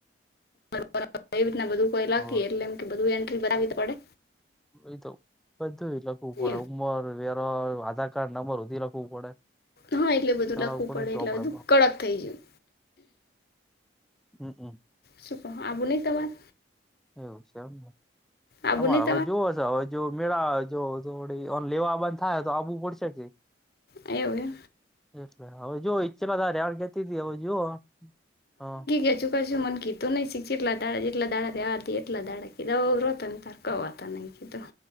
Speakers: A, on the left; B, in the centre.
A: બરાબર એવી રીતના બધું કોઈ લખી
B: હોવે
A: એટલે એમ કે બધું એન્ટ્રી બતાવી પડે.
B: એ તો બધુંય લ વું
A: એમ
B: પડે ઉંમર, વેરો, આધાર કાર્ડ નંબર હુધીય લખવું પડે.
A: હા એટલે બધું
B: ચડાવવું
A: લખવું પડે
B: ચોપડે
A: એટલે બધું કડક થઈ ગયું.
B: હમ્મ અમ.
A: શું કો આવવું નય તમાર?
B: એવું શે એમને?
A: આબુ
B: તમાર
A: નહીં
B: અરે હવે જોવો હશે હવે જો મેળા જો થોડી અન લેવા બંધ થાય તો આવવું પડશે કે. <unintelligible>
A: એવું હે.
B: એટલે હવે જોઓ ઈચ્છેલા તારે રેવાન કેતી તી હવે જોઓ હ.
A: એ ચુ કોછો મન કી તો નહીં શીખ જેટલા દાડા જેટલા દાડા રેવાતી એટલા દાડા કીધા ઓર રતન તારકાવતા નઈ કીધું.